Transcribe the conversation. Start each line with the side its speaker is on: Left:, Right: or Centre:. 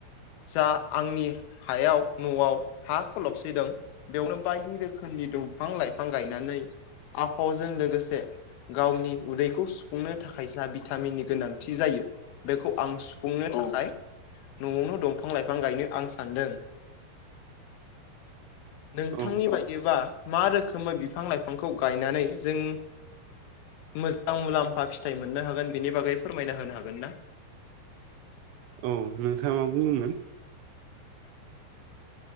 Left: जा आंनि हायाव न'आव हा खलबसिदों बेयावनो बायदि रोखोमनि दंफां लाइफां गायनानै आबहावाजों लोगोसे गावनि उदैखौ सुफुंनो थाखाय जा भिटामिननि गोनांथि जायो। बेखौ आं सुफुंनो थाखाय न'आवनो दंफां लाइफां गायनो आं सानदों। नोंथांनि
Right: औ
Left: बायदिबा मा रोखोमै बिफां लाइफांखौ गायनानै जों मोजां मुलाम्फा फिथाइ मोननो हागोन बेनि बागै फोरमायना होनो हागोन ना?
Right: औ नोंथाङा मा बुंदोंमोन?